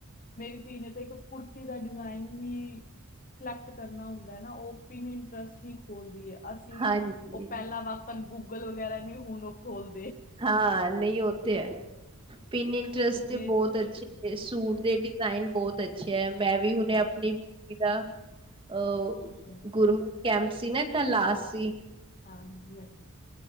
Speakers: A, on the left; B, on the right.
A: ਮੇਰੀ ਧੀ ਨੇ ਤੇ ਇੱਕ ਕੁੜਤੀ ਦਾ ਡਿਜ਼ਾਇਨ ਵੀ ਸਿਲੈਕਟ ਕਰਨਾ ਹੁੰਦਾ ਹੈ ਨਾ। ਉਹ ਪਿਨ ਇੰਟਰਸਟ ਹੀ ਖੋਲਦੀ ਹੈ। ਅਸੀਂ
B: ਹਾਂਜੀ
A: ਉਹ ਪਹਿਲਾਂ ਵਾਕਨ ਗੂਗਲ ਵਗੈਰਾ ਨਹੀਂ ਹੁਣ ਉਹ ਖੋਲ
B: ਹਾਂ, ਨਹੀਂ ਉਹ ਤੇ ਹੈ। ਪਿੰਨ ਇੰਟਰਸਟ ਤੇ
A: ਮੇ
B: ਬਹੁਤ ਅੱਛੇ ਨੇ। ਸੂਟ ਦੇ ਡਿਜ਼ਾਇਨ ਬਹੁਤ ਅੱਛੇ ਹੈ। ਮੈਂ ਵੀ ਹੁਨੇ
A: ਹਾਂ
B: ਆਪਣੀ <unintelligible> ਦਾ ਅਹ
A: ਹਮ,
B: ਗੁਰਮਤ ਕੈਂਪ ਸੀ ਨਾ, ਕਲ ਲਾਸਟ ਸੀ।
A: ਹਾਂ ਹਾਂਜੀ-ਹਾਂਜੀ।